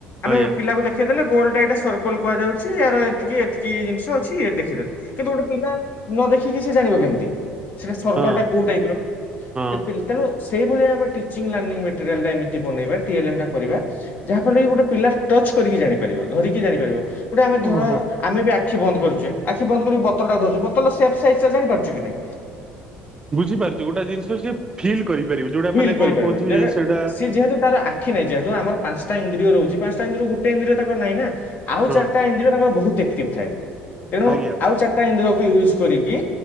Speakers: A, on the left; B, on the right.
A: ଆମେ
B: ଆଜ୍ଞା
A: ପିଲାକୁ ଦେଖ୍ ଖେଇଦେଲେ ଗୋଲଟା ଏଟା ସର୍କଲ କୁହାଯାଉଚି ୟାର ଏତିକି ଏତିକି ଜିନଷ ଅଛି ଏ ଦେଖେଇଦେଲେ କିନ୍ତୁ ଗୋଟେ ପିଲା ନ ଦେଖିକି ସେ ଜାଣିବ କେମିତି? ସେଟା ସର୍କଲଟା
B: ହଁ
A: କୋଉ ଟାଇପର
B: ହଁ
A: ଯେ ପିଲ୍ ସେଇଭଳିଆ ଆମ ଟିଚିଙ୍ଗ୍ ଲର୍ନିଙ୍ଗ୍ ମ୍ୟାଟେରିଆଲଟା ଏମତି ବନେଇବା ଟି ଏଲ୍ ଏମ୍ ଟା କରିବା ଯାହା ଫଳରେ କି ଗୋଟେ ପିଲା ଟଚ୍ କରିକି ଜାଣିପାରିବ ଧରିକି ଜାଣିପାରିବ ଗୋଟେ ଆମେ ଧର
B: ଓହୋ
A: ଆମେ ବି ଆଖି ବନ୍ଦ କରୁଚେ ଆଖି ବନ୍ଦ କରିିକି ବୋତଲଟାକୁ ଧରୁଚେ ବୋତଲର ସେପ୍ ସାଇଜଟା ଜାଣିପାରୁଚୁ କି ନାଇଁ
B: ବୁଝିପାରୁଚି ଗୋଟେ ଜିନିଷ ସିଏ ଫିଲ୍ କରିପାରିବୁ ଯୋଉଟା
A: ହିଲ୍
B: ମାନେ
A: କରିପାରିବ
B: କଣ କୋହୁଚି
A: ଯେଟା
B: ଏଇ ସେଇଟା
A: ସିଏ ଯେହେତୁ ତାର ଆ ଆଖି ନାହିଁ ଯେହେତୁ ଆମର ପାଞ୍ଚଟା ଇନ୍ଦ୍ରିୟ ରହୁଚି ପାଞ୍ଚଟା ଇନ୍ଦ୍ରିୟ ଗୋଟେ ଇନ୍ଦ୍ରିୟ ତାଙ୍କର ନାହିଁ ନା ଆଉ
B: ହଁ
A: ଚାରଟା ଇନ୍ ଦ୍ରିୟ ତାଙ୍କର ବୋହୁତ ଆକ୍ଟିଭ ଥାଏ ତେଣୁ
B: ଆଜ୍ଞା
A: ଆଉ ଚାରଟା ଇନ୍ଦ୍ରିୟକୁ ୟୁଜ୍ କରିକି